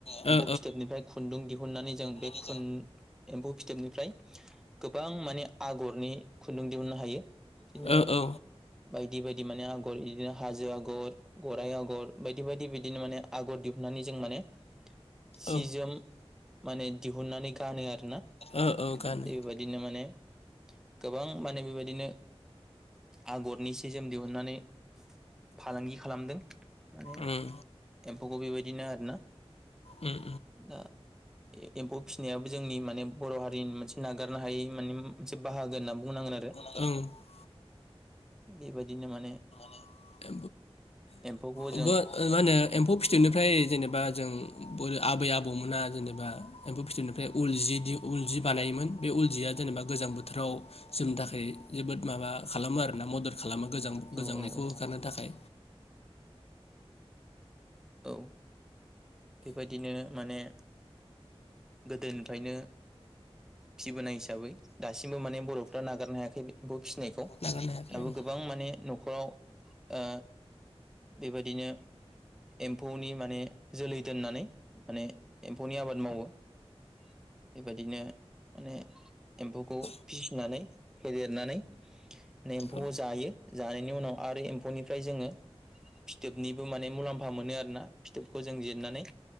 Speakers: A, on the left; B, in the centre.
A: ओ
B: एम्फौ फिथोबनिफ्राय खु दिहुननानै जों बे
A: औ
B: खुन एम्फौ फिथोबनिफ्राय। गोबां माने आगरनि खुन्दुं दिहुननो हायो बिदिनो।
A: ओ औ
B: बायदि बायदि माने आगर इदिनो हाजो आगर गराइ आगर बायदि बायदि बिदिनो माने आगर दिहुननानै जों माने। सि
A: औ
B: जोम। माने दिहुुननानै गानो आरो ना
A: ओ औ गानो
B: बेबायदिनो माने। गोबां माने बेबायदिनो आगरनि सि जोम दिहुननानै फालांगि खालामदों। माने
A: उम
B: एम फौखौ बेबायदिनो आरो। ना
A: उम उम
B: ना ए-एम्फौ। फिसिनायाबो जोंनि माने बर' हारिनि मोनसे नागारनो हायै माने मोनसे बाहागो होनना बुंनांगोन आरो।
A: आरो।
B: बेबायदिनो माने
A: ओ
B: एम्फौखौ
A: उम
B: जों
A: मा होनो एम्फौ फिथोबनिफ्राय जेनेबा जों बै आबै आबौमोना जेनेबा एम्फौ फिथोबनिफ्राय उल जि उल जि बानायोमोन बे उल जिया जेनेबा गोजां बोथोराव जोमनो थाखाय जोबोद माबा खालामो आरोना मदद खालामो। गोजां गोजांनायखौ
B: औ औ
A: थाखाय।
B: औ। बेबायदिनो माने गोदोनिफायनो फिसिबोनाय हिसाबै दासिमबो माने बर'फ्रा नागारनो हायाखै बे एम्फौ फि फिनायखौ
A: नागारनो हायाखै
B: दाबो
A: आं
B: गोबां माने न'खराव ओ बेबायदिनो एम्फौनि माने जोलै दोननानै माने एम्फौनि आबाद मावो। बेबायदिनो माने एम्फौखौ फिसिनानै फेदेरनानै माने एम्फौखौ
A: औ
B: जायो जानायनि उनाव आरो एम्फौनिफ्राय जोङो फिथोबनिबो माने मुलाम्फा मोनो आरोना फिथोबखौ जों जिरनानै